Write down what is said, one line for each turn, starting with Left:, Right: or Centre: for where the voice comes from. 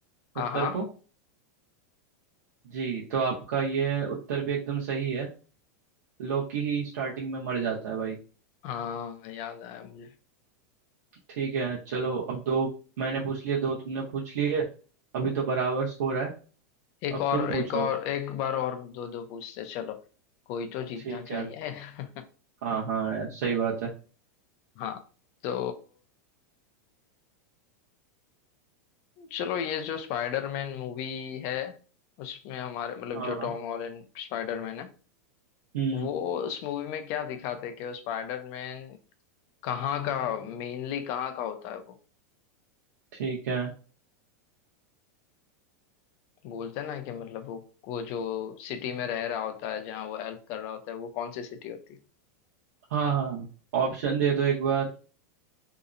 Right: उत्तर
Left: हाँ हाँ
Right: को जी तो आपका यह उत्तर भी एकदम सही है लोकी ही स्टार्टिंग में मर जाता है भाई
Left: हाँ याद आया मुझे
Right: ठीक है चलो अब दो मैंने पूछ लिए दो तुमने पूछ लिए अभी तो बराबर स्कोर है
Left: एक
Right: अब
Left: और
Right: तुम पूछो
Left: एक और एक बार और दो दो पूछते चलो कोई तो जीतना
Right: ठीक
Left: चाहिए
Right: है
Left: <laughs>
Right: हाँ हाँ यार, सही बात है
Left: हाँ तो चलो ये जो स्पाइडरमैन मूवी है उसमें हमारे मतलब
Right: हाँ
Left: जो टॉम हॉलैंड स्पाइडरमैन है
Right: हम्म
Left: वो उस मूवी में क्या दिखाते हैं कि वो स्पाइडरमैन कहाँ का मेनली कहाँ का होता है वो
Right: ठीक है
Left: बोलते हैं ना कि मतलब वो वो जो सिटी में रह रहा होता है जहाँ वो हेल्प कर रहा होता है वो कौन सी सिटी होती है
Right: हाँ हाँ ऑप्शन दे दो एक बार